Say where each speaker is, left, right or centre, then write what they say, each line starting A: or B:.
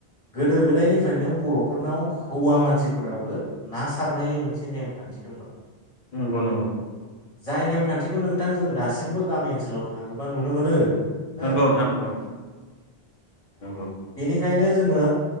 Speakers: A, on the left; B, on the left.
A: गोदो गोदायनिफ्रायनो बर'फोरनाव हौवा मानसिफोराबो ना सारनाय मोनसे नेमखान्थि दंमोन
B: नंगौ नंगौ
A: जाय नेमखान्थिखौ नोंथां जों दासिमबो गामि ओनसोलाव थाङोबा नुनो मोनो हो
B: नंगौ नोंथा नंगौ नंगौ
A: बेखायनो जोङो